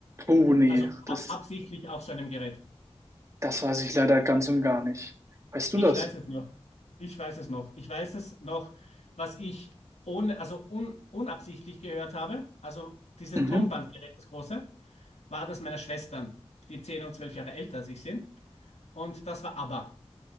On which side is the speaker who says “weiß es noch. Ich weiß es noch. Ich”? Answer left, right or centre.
Left